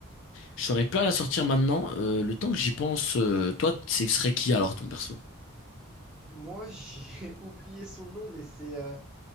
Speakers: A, on the left; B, in the centre.
A: je saurais pas la sortir maintenant. Euh, le temps que j'y pense, euh, toi, ce serait qui alors ton perso?
B: Moi, j'ai <laughs> oublié son nom, mais c'est euh,